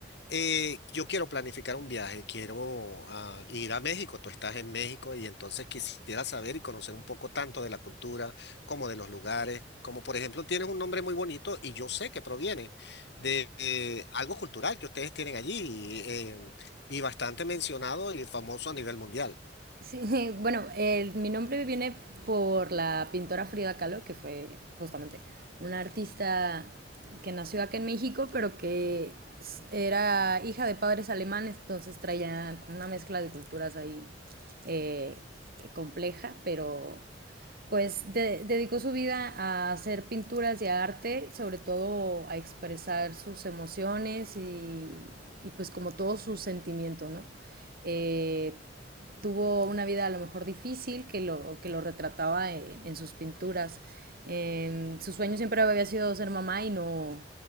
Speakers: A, on the left; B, on the right.
A: Eh, yo quiero planificar un viaje, quiero ah, ir a México, tú estás en México y entonces quisiera saber y conocer un poco tanto de la cultura como de los lugares, como por ejemplo tienes un nombre muy bonito y yo sé que proviene de eh, algo cultural que ustedes tienen allí eh, y bastante mencionado y famoso a nivel mundial.
B: Sí, <laughs> bueno, eh, mi nombre viene por la pintora Frida Kahlo, que fue justamente una artista que nació acá en México, pero que s- era hija de padres alemanes, entonces traía como una mezcla de culturas ahí eh, compleja, pero pues de, dedicó su vida a hacer pinturas y a arte, sobre todo a expresar sus emociones y, y pues como todo su sentimiento, ¿no? Eh, tuvo una vida a lo mejor difícil que lo, que lo retrataba en, en sus pinturas. Eh, su sueño siempre había sido ser mamá y no,